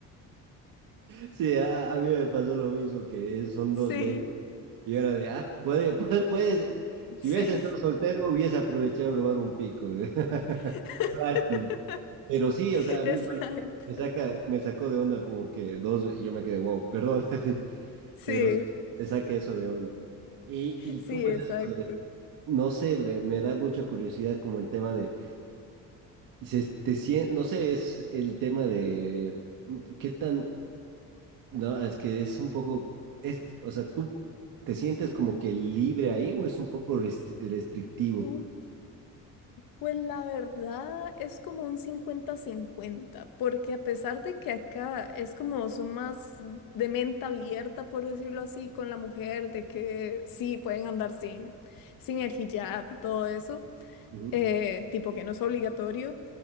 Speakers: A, on the right; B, on the left.
A: Sí, a, a mí me pasó lo mismo, que es- son dos
B: Sí,
A: veces. Y ahora de, ah, puede, <laughs> puede, puede. Si
B: sí.
A: hubiese estado soltero, hubiese aprovechado de robar un pico. <laughs>
B: <laughs>
A: Lástima. Pero sí, o sea, a
B: Exacto.
A: mí igual me saca, me sacó de onda como que dos, y yo me quedé, wow, perdón, <laughs> así, pero
B: Sí,
A: sí, me saca eso de onda. ¿Y, y
B: sí,
A: cómo es
B: exacto.
A: eso de, no sé, me, me da mucha curiosidad como el tema de, se, te sien- no sé, es el tema de mm, qué tan No, es que es un poco, es, o sea, ¿tú te sientes como que libre ahí o es un poco rest- restrictivo?
B: Mm, Pues la verdad es como un cincuenta-cincuenta, porque a pesar de que acá es como son más de mente abierta, por decirlo así, con la mujer, de que sí pueden andar sin, sin el hijab y todo eso,
A: Ujú,
B: eh, tipo que no es obligatorio,